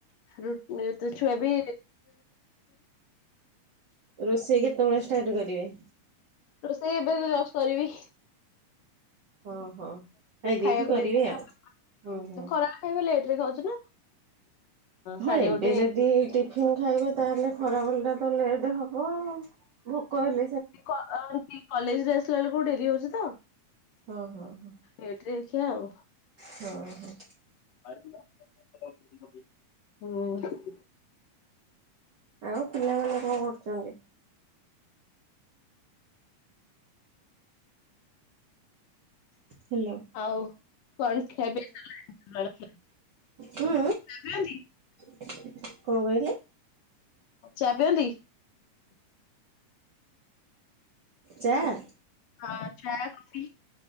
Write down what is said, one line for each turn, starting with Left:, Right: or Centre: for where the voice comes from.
Left: ର ଏ ତୁଛ ବି
Right: ରୋଷେଇ କେତେବେଳେ ଷ୍ଟାର୍ଟ କରିବେ
Left: ରୋଷେଇ ଏବେ ଜ-ଜଷ୍ଟ କରିବି।
Right: ହଁ ହଁ। ଖାଇ ଦେଇକି
Left: ଖାଇବାକୁ
Right: କରିବେ
Left: ଦେଇ
Right: ଆଉ ହୁଁ ହୁଁ।
Left: <inaudible> ଖରାବେଳେ ଆମେ ଲେଟରେ ଖାଉଚୁ ନା। ସାଢେ
Right: ହଁ ଏବେ
Left: ଗୋଟେ
Right: ଯଦି ଟିଫିନ ଖାଇବେ ତାହେଲେ ଖରାବେଳଟା ତ ଲେଟେ ହବ ଆଉ। ଭୋକ ହେଲେ
Left: କଅ କି କଲେଜରୁ ଆସିଲା ବେଳକୁ ଡେରି ହୋଉଚି ତ।
Right: ଓହୋ ହୋ।
Left: ଲେଟରେ ଖିଆ ଆଉ।
Right: ହଁ ହଁ।
Left: ହୁଁ।
Right: ଆଉ ପିଲାମାନେ କଣ କରୁଚନ୍ତି? ହେଲୋ।
Left: ଆଉ କଣ ଖିଆପିଆ ସରଲାଣି।
Right: ହୁଁ
Left: <unintelligible>
Right: କଣ କହିଲେ?
Left: ଚା ପିଅନ୍ତି?
Right: ଚାଆ?
Left: ହଁ ଚାଆ ଆଉ କଫି।